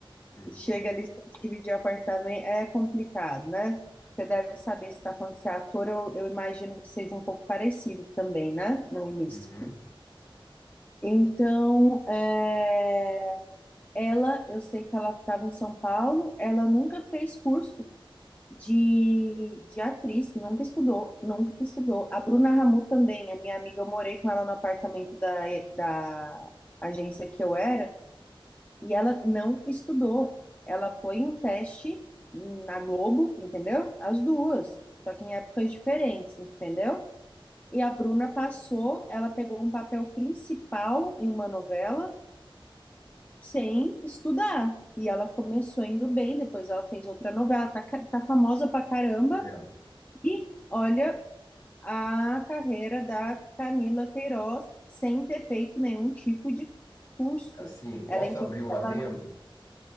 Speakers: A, on the left; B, on the left.
A: uhum,
B: Chega ali, você tem que dividir apartamento, é complicado, né? Você deve saber se está falando que você é ator, eu, eu imagino que seja um pouco parecido também, né? No início.
A: uhum.
B: Então, é, ela, eu sei que ela estava em São Paulo, ela nunca fez curso de, de atriz, nunca estudou, nunca estudou. A Bruna Ramu também, a minha amiga, eu morei com ela no apartamento da, da agência que eu era, e ela não estudou. Ela foi em um teste na Globo, entendeu? As duas, só que em épocas diferentes, entendeu? E a Bruna passou, ela pegou um papel principal em uma novela sem estudar. E ela começou indo bem, depois ela fez outra novela, tá, ca- tá famosa pra caramba,
A: Certo.
B: e olha a carreira da Camila Queiroz sem ter feito nenhum tipo de curso.
A: Assim, posso
B: Ela entrou
A: abrir
B: naquela,
A: um adendo?